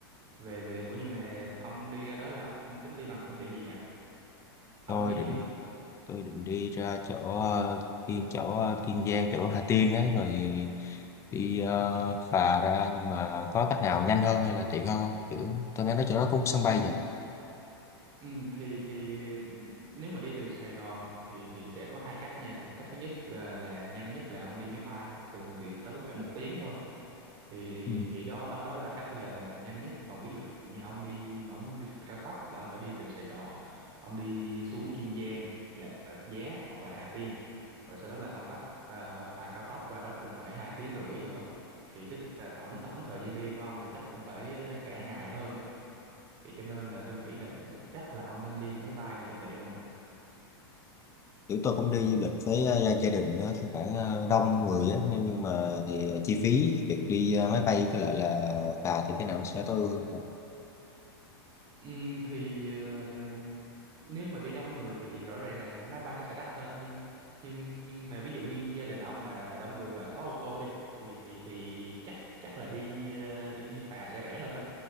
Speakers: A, on the right (about 35°); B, on the left (about 20°).
A: về về ủa nhưng mà ông đi ra đó là ông tính đi bằng phương tiện gì nhỉ ông
B: Tôi
A: biết
B: định
A: chưa
B: tôi định đi ra chỗ ờ, Kiên chỗ ờ, Kiên Giang chỗ Hà Tiên đấy rồi đi ờ, phà ra nhưng mà có cách nào nhanh hơn hay là tiện hơn không? Kiểu tôi nghe nói chỗ đó có sân bay
A: ừ,
B: nhỉ?
A: ừ, thì thì nếu mà đi từ Sài Gòn thì thì sẽ có hai cách nha cách thứ nhất ờ, là nhanh nhất là ông đi máy bay thường thì tốn khoảng một tiếng thôi thì
B: Ừ.
A: thì đó đó đó là cách là nhanh nhất còn ví dụ như ông đi mà ông muốn đi phà cao tốc là ông phải đi từ Sài Gòn ông đi xuống Kiên Giang là Rạch Giá hoặc là Hà Tiên rồi sau đó là ông bắt à, phà cao tốc qua đó cũng phải hai tiếng rưỡi nữa thì tức là tổng tổng thời gian đi của ông là chắc cũng phải ờ, cả ngày hơn đó thì cho nên là tôi nghĩ là chắc là ông nên đi máy bay đi cho tiện không ạ
B: kiểu tôi cũng đi du lịch với ờ, gia đình đó, thì khoảng ờ, đông người á nên nhưng mà thì ờ, chi
A: Ừ.
B: phí việc đi ờ, máy bay với lại là phà thì cái nào nó sẽ tối ưu hơn
A: Ừm, thì ờ, nếu mà đi đông người thì rõ ràng là máy bay nó sẽ đắt hơn nhưng nhưng nhưng mà ví dụ như gia đình ông mà đông người và có ô tô đi thì thì thì chắc chắc là đi ờ, đi đi phà sẽ rẻ hơn đó